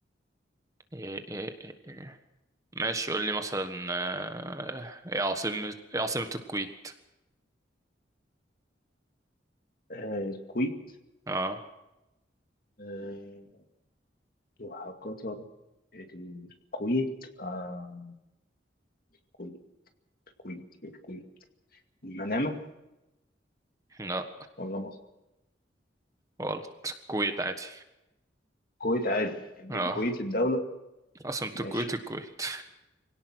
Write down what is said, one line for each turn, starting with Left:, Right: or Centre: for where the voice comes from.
Right: إيه إيه إيه إيه. ماشي قول لي مثلا آه، ايه عاصمة ايه عاصمة الكويت
Left: آه الكويت
Right: اه
Left: آه وحقيقة الكويت آه الكويت الكويت الكويت المنامة
Right: لا
Left: ولا مصر؟
Right: غلط الكويت عادي
Left: الكويت عادي يعني
Right: اه
Left: الكويت الدولة
Right: عاصمة
Left: ماشي
Right: الكويت الكويت